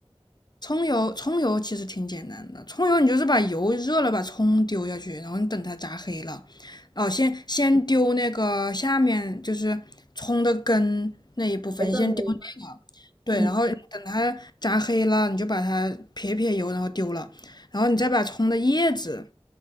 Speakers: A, on the left (about 40°); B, on the right (about 30°).
A: 葱油，葱油其实挺简单的。葱油你就是把油热了，把葱丢下去，然后你等它炸黑了，哦，先先丢那个下面就是葱的根那一部分，
B: 别的那个，
A: 先丢那个，对，
B: 嗯，
A: 然后等它炸黑了，你就把它撇撇油，然后丢了，然后你再把葱的叶子